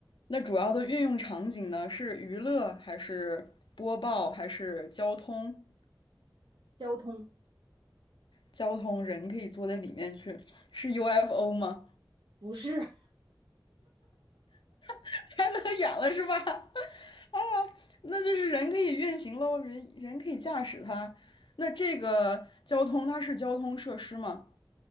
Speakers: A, on the left; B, on the right.
A: 那主要的运用场景呢，是娱乐还是播报还是交通？
B: 交通
A: 交通人可以坐在里面去，是 UFO 吗？
B: 不是，<laughs>
A: <laughs> 猜得远了是吧？<laughs> 啊，那就是人可以运行喽，人人可以驾驶它。那这个交通它是交通设施吗？